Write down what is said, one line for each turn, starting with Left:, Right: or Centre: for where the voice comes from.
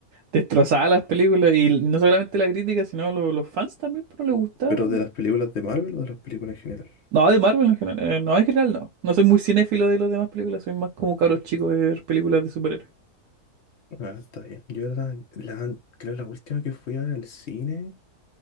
Right: destrozaba las películas y no solamente la crítica, sino lo- los fans también, pero les gustaba.
Left: ¿Pero de las películas de Marvel o de las películas en general?
Right: No, de Marvel en general, eh, no, en general no. No soy muy cinéfilo de las demás películas, soy más como cabros chicos de ver películas de superhéroes.
Left: Ah, está bien. Yo la, la- creo la última que fui a ver al cine